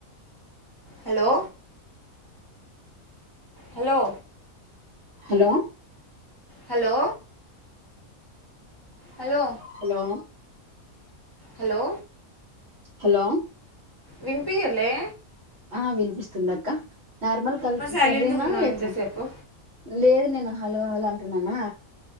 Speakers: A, on the left; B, on the right.
A: hello hello
B: hello
A: hello hello
B: hello
A: hello
B: hello
A: వినిపియలే
B: ఆ వినిపిస్తుందిక్క నార్మల్ కల్
A: మరి సైలెంట్గా
B: కర్రీనా
A: ఉన్నావు
B: ఎట్ల
A: ఇంతసేపు
B: లేదు నేను హలో హలో అంటున్నానా